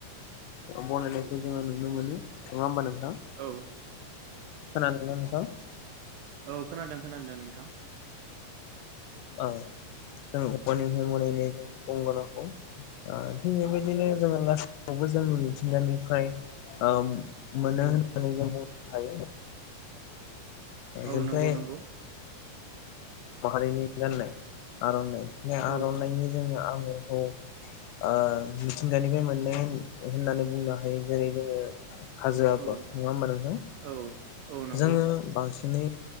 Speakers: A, on the left (about 85°); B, on the right (about 80°).
A: बनायनायखौ जोङो नुनो मोनो नङा होमबा नों
B: औ
A: खोनादोंना नोंथां
B: औ खोनादों खोनादों नोंथां
A: जों औवानिफ्राय मनायनाय जायो गंगनाखौ थिग बेबायदिनो जोङो लासवबो जोंनि मिथिंगानिफ्राय मोनो
B: औ
A: होननानै जों बुं हायो
B: औ
A: जेफ्राय
B: नंगौ नंगौ
A: माहारिनि गाननाय आरनाय बे
B: औ
A: आर'नाइनि जोङो आं मिथिंगानिफ्राय ओ मोननाय होननानै बुंनो हायो जेरै जोङो हाजो आगर
B: औ
A: नङा होमबा नोंथां
B: औ औ नंगौ
A: जोङो बांसिन नै